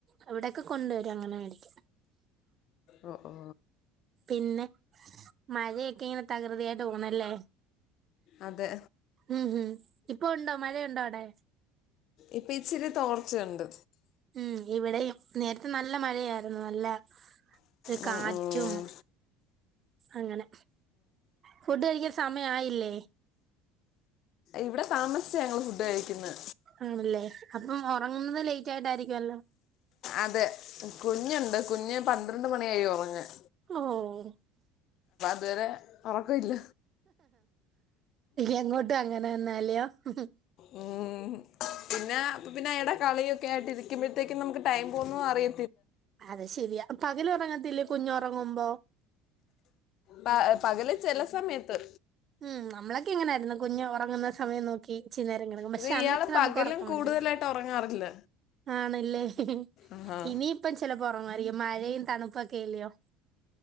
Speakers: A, on the right (about 35°); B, on the left (about 55°).
A: അവിടൊക്കെ കൊണ്ട വരും. അങ്ങനെ വേടിക്ക.
B: ഒ ഓ
A: പിന്നെ മഴയൊക്കെ ഇങ്ങനെ തകൃതിയായിട്ട് പോന്നല്ലേ?
B: അതെ
A: ഉഹും ഇപ്പം ഉണ്ടോ മഴയുണ്ടോ? അവിടെ.
B: ഇപ്പം ഇച്ചിരി തോർച്ചയുണ്ട്.
A: ഉം ഇവിടെയും നേരത്തെ നല്ല മഴയായിരുന്നു. നല്ല ഒരു
B: ഉം,
A: കാറ്റും
B: ഉം.
A: അങ്ങനെ. ഫുഡ് കഴിക്കാൻ സമയായില്ലേ?
B: ഇവിടെ താമസിച്ച ഞങ്ങള് ഫുഡ് കഴിക്കുന്നെ.
A: ആണല്ലേ അപ്പം ഒറങ്ങുന്നത് ലേറ്റ് ആയിട്ടായിരിക്കും. അല്ലോ
B: അതെ കുഞ്ഞുണ്ട് കുഞ്ഞ് പന്ത്രണ്ട് മണി കഴിയും ഒറങ്ങാൻ.
A: ഓഓഓ
B: വേറെ ഉറക്കല്ല.
A: എങ്ങോട്ടും അങ്ങനെന്നാലോ. ഹൂം
B: ഉം. പിന്നെ അപിന്നെ അയടെ കളിയൊക്കെഅയിട്ട് ഇരിക്കുമ്പോഴത്തേക്ക് നമുക്ക് ടൈം പോകുന്ന അറിയ
A: അത് ശെരിയാ പകലുറങ്ങത്തില്ലേ കുഞ്ഞുറങ്ങുമ്പോ?
B: പ- പകല് ചില സമയത്ത്
A: ഉം നമ്മളൊക്കെങ്ങനായിരുന്നു കുഞ്ഞു ഉറ ങ്ങുന്ന സമയം നോക്കി ഇഞ്ചിരി നേരം കിടക്കും പക്ഷെ
B: ഇത്
A: അന്നെരം
B: ഇയാള്
A: നമുക്ക്
B: പകലും
A: ഉറക്കം
B: കൂടുതലായിട്ട്
A: വരത്തില്ല.
B: ഉറങ്ങാറില്ല
A: ആണ്. മം
B: ആഹാ.
A: ഇനി ഇപ്പം ചിലപ്പം ഉറങ്ങു വയിരിക്കും മഴയും തണുപ്പൊക്കെ ല്ലയോ.